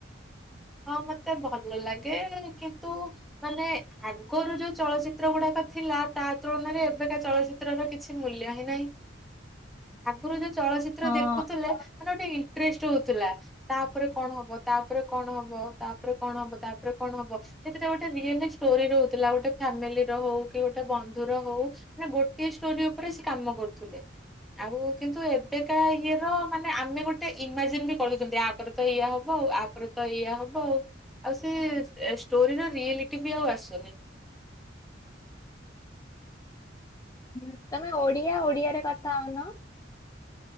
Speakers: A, in the centre; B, on the left.
A: ହଁ ମତେ ଭଲ ଲାଗେ, କିନ୍ତୁ ମାନେ ଆଗରୁ ଯୋଉ ଚଳଚିତ୍ର ଗୁଡାକ ଥିଲା, ତା ତୁଳନାରେ ଏବେକା ଚଳଚିତ୍ରର କିଛି ମୂଲ୍ୟ ହିଁ ନାହିଁ। ଆଗରୁ ଯୋଉ ଚଳଚି ତ୍ର
B: ହଁ।
A: ଦେଖୁଥିଲେ ମାନେ ଗୋଟେ ଇଣ୍ଟରେଷ୍ଟ ହଉଥିଲା, ତାପରେ କଣ ହବ ତାପରେ କଣ ହବ ହବ, ତାପରେ କଣ ହବ, ତାପରେ କଣ ହବ? ସେଥିରେ ଗୋଟେ ରିଅଲ ଷ୍ଟୋରି ରହୁଥିଲା, ଗୋଟେ ଫ୍ୟାମିଲିର ହଉ, କି ଗୋଟେ ବନ୍ଧୁର ହଉ। ମାନେ ଗୋଟିଏ ଷ୍ଟୋରି ଉପରେ ସେ କାମ କରୁଥିଲେ। ଆଉ କିନ୍ତୁ ଏବେକା ଇଏର ମାନେ ଆମେ ଗୋଟେ ଇମାଜିନ୍ ବି କରୁଛନ୍ତି, ଆପରେ ତ ଏଇଆ ହବ ଆଉ। ଆ ପରେ ତ ଇୟା ହବ ଆଉ, ଆଉ ସେ ଷ୍ଟୋରିର ରିୟେଲିଟି ହିଁ ଆଉ ଆସୁନି।
B: ହୁଁ, ତମେ ଓଡିଆ ଓଡିଆରେ କଥା ହଉନ?